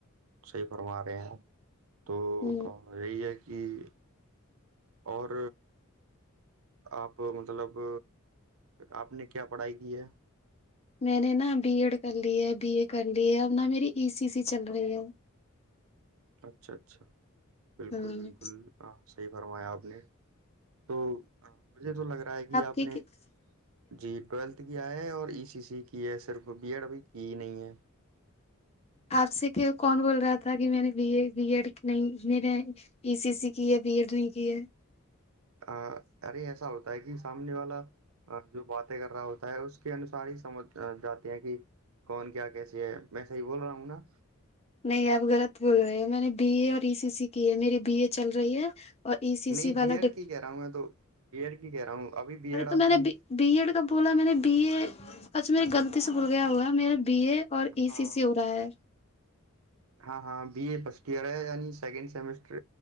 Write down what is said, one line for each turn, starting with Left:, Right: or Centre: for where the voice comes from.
Right: صحی فرما رہے ہیں تو
Left: ہ
Right: یہی ہے کہ کہ اور آپ مطلب آپ نے کیا پڑھائی کی ہے
Left: میں نے نا بی ایڈ کر لی ہے بی اے کر لی ہے اب نہ میری ای سی سی چل رہی ہے
Right: اچھا اچھا بالکل
Left: ہ
Right: بالکل ہاں صحی فرمایا آپ نے تو ہاں مجھے تو لگ رہا ہے کہ آپ
Left: کی کیا
Right: نے جی ٹولتھ کیا ہے اور ای سی سی کی ہے صرف بی ایڈ ابھی کی ہی نہیں ہے
Left: آپ سے کہ کون بول رہا تھا کہ میں نے بی اے بی ایڈ نہیں میرے ای سی سی کی ہے بی ایڈ نہیں کی ہے
Right: ا ارے ایسا ہوتا ہے کہ سامنے والا جو باتیں کر رہا ہوتا ہے اس کے انوسار ہی سمجھ جاتی ہیں کہ کون کیا کیسی ہے میں صحی بول رہا ہوں نا
Left: نہیں آپ غلط بول رہے ہو میں نے بی اے اور ای سی سی کی ہے میری بی اے چل رہی ہے اور ای سی سی
Right: نہیں
Left: والا
Right: بی ایڈ
Left: ڈ
Right: کی کہہ رہا ہوں میں تو بی ایڈ کی کہہ رہا ہوں ابھی بی
Left: ارے
Right: ایڈ
Left: تو
Right: آپ
Left: میں
Right: کی
Left: نے بی ایڈ کا بولا میں نے بی اے اچھا میرے غلطی سے بول گیا ہوا میرے بی اے اور ای
Right: ہاں
Left: سی سی ہو رہا ہے
Right: ہاں ہاں بی اے فرسٹ ایئر ہے یعنی سیکنڈ سیمسٹر